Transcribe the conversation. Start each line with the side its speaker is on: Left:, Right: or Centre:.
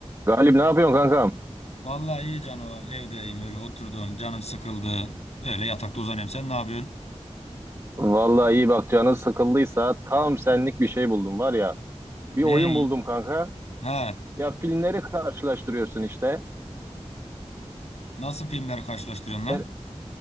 Right: Galip ne yapıyorsun kankam?
Left: Vallahi iyi Cano evdeyim öyle oturdum canım sıkıldı. Öyle yatakta uzanıyorum. Sen ne yapıyorsun?
Right: Vallahi iyi bak canın sıkıldıysa tam senlik bir şey buldum var ya.
Left: Ne?
Right: Bir oyun buldum kanka.
Left: He.
Right: Ya filmleri karşılaştırıyorsun işte.
Left: Nasıl filmler karşılaştırıyorsun lan?
Right: Yani